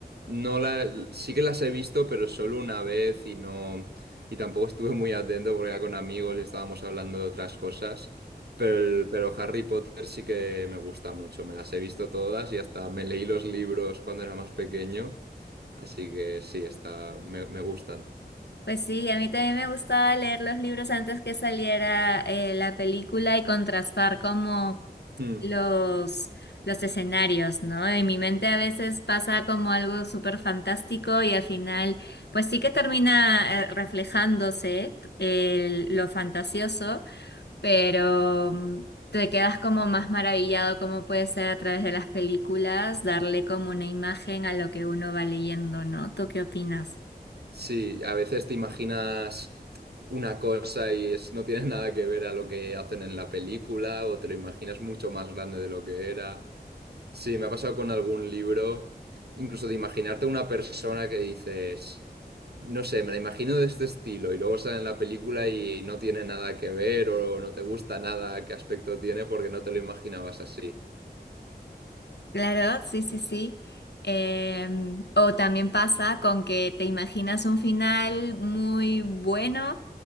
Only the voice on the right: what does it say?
no la, sí que las he visto, pero solo una vez y no y tampoco estuve muy atento porque era con amigos y estábamos hablando de otras cosas. Pero, el- pero Harry Potter sí que me gusta mucho. Me las he visto todas y hasta me leí los libros cuando era más pequeño. Así que sí, está, me, me gustan.
Hmm.
Sí, a veces te imaginas una cosa y es, no tiene <laughs> nada que ver a lo que hacen en la película o te lo imaginas mucho más grande de lo que era. Sí, me ha pasado con algún libro, incluso de imaginarte una persona que dices, no sé, me la imagino de este estilo y luego sale en la película y no tiene nada que ver o no te gusta nada qué aspecto tiene porque no te lo imaginabas así.